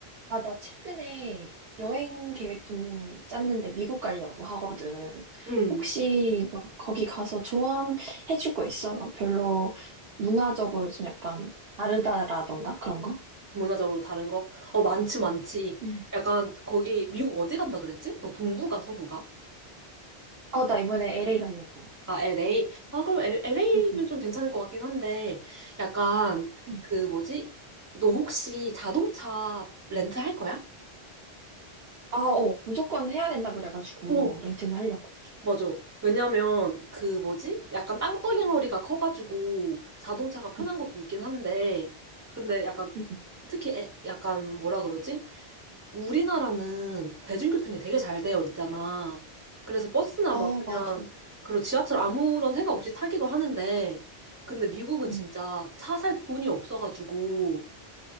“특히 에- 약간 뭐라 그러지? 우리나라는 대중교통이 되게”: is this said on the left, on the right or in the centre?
Right